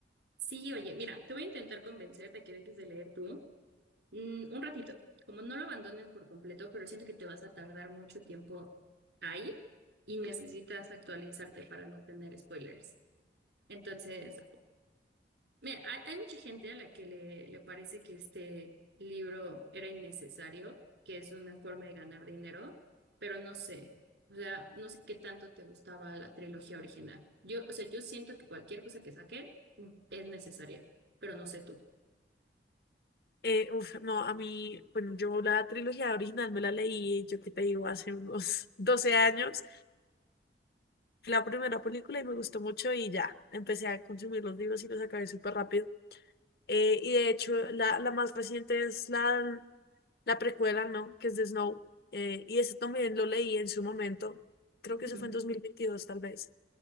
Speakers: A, on the right (about 80°); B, on the left (about 55°).
A: sí, oye, mira, te voy a intentar convencer de que dejes de leer tú mm, un ratito, como no lo abandones por completo, pero siento que te vas a tardar mucho tiempo ahí y necesitas actualizarte para no tener spoilers. Entonces, Mira, hay, hay mucha gente a la que le, le parece que este libro era innecesario, que es una forma de ganar dinero, pero no sé, o sea, no sé qué tanto te gustaba la trilogía original. Yo, o sea, yo siento que cualquier cosa que saquen mm, es necesaria, pero no sé tú.
B: Eh, uf, no, a mí, bueno, yo la trilogía original me la leí, yo qué te digo, hace unos <laughs> 12 años la primera película y me gustó mucho y ya, empecé a consumir los libros y los acabé súper rápido. Eh, y de hecho, la, la más reciente es la, la precuela, ¿no? Que es de Snow. Eh, y ese también lo leí en su momento. Creo
A: Ujú.
B: que eso fue en 2022, tal vez.